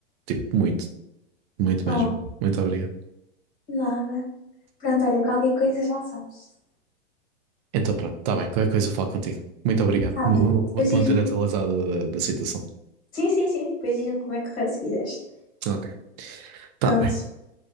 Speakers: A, on the right (about 40°); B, on the left (about 25°).
A: Tipo, muito, muito
B: Oh,
A: mesmo. Muito obrigado.
B: nada. Pronto, olha, qualquer coisa já sabes.
A: Então, pronto, tá bem. Qualquer coisa eu falo contigo. Muito obrigado.
B: Tá
A: Vou-
B: bem. Depois
A: Vou-te
B: diz-me.
A: manter atualizado da, da situação.
B: Sim, sim, sim. Depois diz-me como é que correu se quiseres.
A: Ok. Tá
B: Pronto.
A: bem.